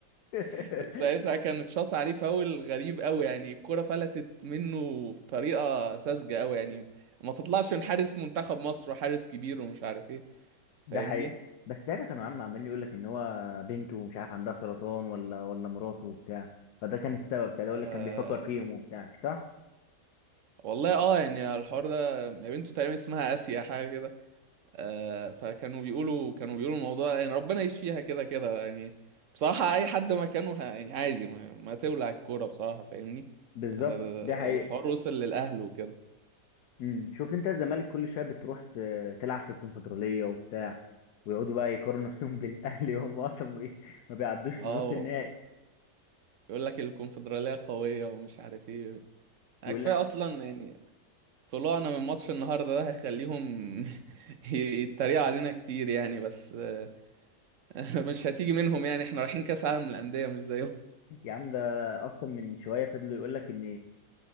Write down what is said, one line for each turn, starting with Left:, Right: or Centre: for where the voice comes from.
Left: <laughs>
Right: <laughs> ساعتها كانت شاط عليه فاول غريب قوي يعني الكرة فلتت منه بطريقة ساذجة قوي يعني ما تطلعش من حارس منتخب مصر وحارس كبير ومش عارف ايه
Left: ده
Right: فاهمني
Left: حقيقة بس ساعتها كان عم عمال يقول لك ان هو بنته مش عارف عندها سرطان ولا ولا مراته وبتاع فده كان السبب ساعتها
Right: آه
Left: يقول لك كان بيفكر فيهم وبتاع صح
Right: والله اه يعني الحوار ده بنته تقريبا اسمها اسيا حاجة كده آه فكانوا بيقولوا كانوا بيقولوا الموضوع يعني ربنا يشفيها فيها كده كده يعني بصراحة اي حد مكانه ه- يعني عادي ما, ما تولع الكورة بصراحة فاهمني
Left: بالظبط
Right: آه،
Left: ده حقيقة
Right: الحوار وصل للأهل وكده
Left: امم شوف انت الزمالك كل شويه بتروح ت- تلعب في الكونفدرالية وبتاع ويقعدوا بقى يقارنوا <laughs> نفسهم بالاهلي وهم اصلا ما بي- ما بيعدوش
Right: اه
Left: لنص النهائي
Right: يقول لك الكونفدرالية قوية ومش عارف ايه آه،
Left: ويقول
Right: كفاية
Left: لك
Right: اصلا يعني طلوعنا من ماتش النهاردة ده هيخليهم <laughs> يتريقوا علينا كتير يعني بس آه، <laughs> مش هتيجي منهم يعني احنا رايحين كأس عالم للأندية مش زيهم <laughs>
Left: يا عم ده اصلا من شويه فضلوا يقول لك ان